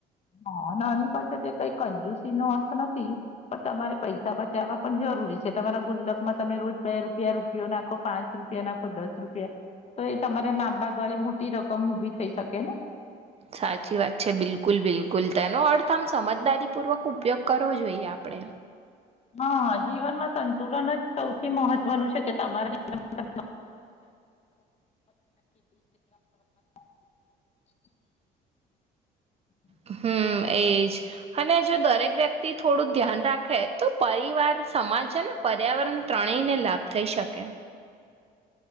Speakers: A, on the left; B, on the right.
A: હા નાની બચત તે કઈ કંજુસી નો અર્થ નથી પણ તમારે પૈસા બચાવવા પણ જરૂરી છે તમારા ગુલ્લકમાં તમે રોજ બે રૂપિયા રૂપિયો નાખો પાંચ રૂપિયા નાખો દસ રૂપિયા તો એ તમારે લાંબા ગાળે મોટી રકમ ઉભી થઈ શકે ને
B: સાચી વાત છે બિલકુલ બિલકુલ તેનો અર્થ આમ સમજદારીપૂર્વક ઉપયોગ કરવો જોઈએ આપડે
A: હા જીવનમાં સંતુલન જ સૌથી મહત્વનું છે કે તમારા જવનમાં <unintelligible>
B: હમ્મ એજ અને જો દરેક વ્યક્તિ થોડું ધ્યાન રાખે તો પરિવાર સમાજ અને પર્યાવરણ ત્રણેયને લાભ થઈ શકે